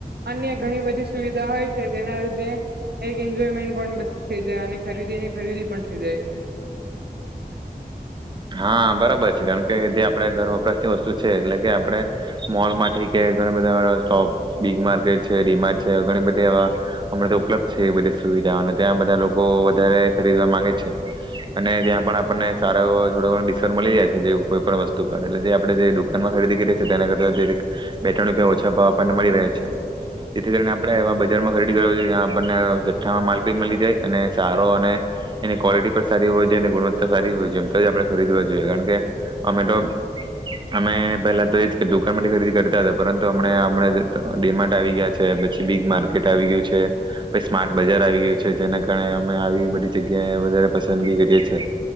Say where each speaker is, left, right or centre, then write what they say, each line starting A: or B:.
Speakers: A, on the right (about 80°); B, on the right (about 30°).
A: અન્ય ઘણી બધી સુવિધા હોય છે જેના લીધે એક એન્જોયમેન્ટ પણ થ થઈ જાય અને ખરીદીની ખરીદી પણ થઈ જાય.
B: હા બરાબર છે કારણ કે જે આપડા ઘર વપરાશની વસ્તુ છે એટલે કે આપણે મોલમાંથી કે ઘણા બધા સોપ બીગ માર્કેટ છે. ડિમાટ્ છે ઘણી બધી એવા અ તો ઉપલબ્ધ છે એ બધી સુવિધાઓને ત્યાં બધા લોકો વધારે ખરીદવા માંગે છે અને ત્યાં પણ આપણને સારો એવો થોડો ઘણો ડિસ્કાઉન્ટ મળી જાય છે. જે કોઈ પણ વસ્તુ પર એટલે જે આપણે જે દુકાનમાં ખરીદી કરીએ છીએ તેના કરતા દરે બે ત્રણ રૂપિયા ઓછા ભાવ આપણને મળી રહે છે. જેથી કરીને આપણે એવા બજારમાં ખરીદી કરવુ જોઈએ જ્યાં આપણને જઠ્ઠામાં માલ બી મળી જાય અને સારો અને એની ક્વોલિટી પણ સારી હોવી જોઈએ અને ગુણવત્તા સારી હોવી જોઈએ તો જ આપણે ખરીદવા જોઈએ કારણ કે અમે તો અમે પહેલા તો એ જ કે દુકાનમાંથી ખરીદી કરતા હતા પરંતુ અમ હમણા હમણા ડીમાર્ટ આવી ગયા છે. પછી બિગ માર્કેટ આવી ગયું છે. પછી સ્માર્ટ બજાર આવી ગયું છે. જેના કારણે અમે આવી બધી જગ્યાએ વધારે પસંદગી કરીએ છીએ